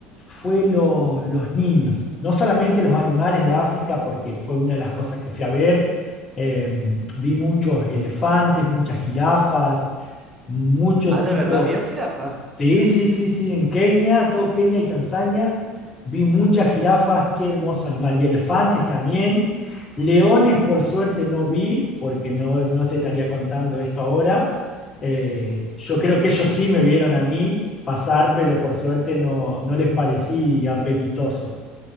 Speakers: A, on the left (about 25°); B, on the right (about 25°).
A: fue lo- los niños, no solamente los animales de África, porque fue una de las cosas que fui a ver. Eh, vi muchos elefantes, muchas jirafas, mucho
B: Ah,
A: tipo,
B: de verdad, bien jirafa.
A: Sí, sí, sí, sí, en Kenia, todo Kenia y Tanzania, vi muchas jirafas, qué hermoso animal, y elefantes también. Leones, por suerte, no vi, porque no, no te estaría contando esto ahora. Eh, yo creo que ellos sí me vieron a mí pasar, pero por suerte no, no les parecí apetitoso.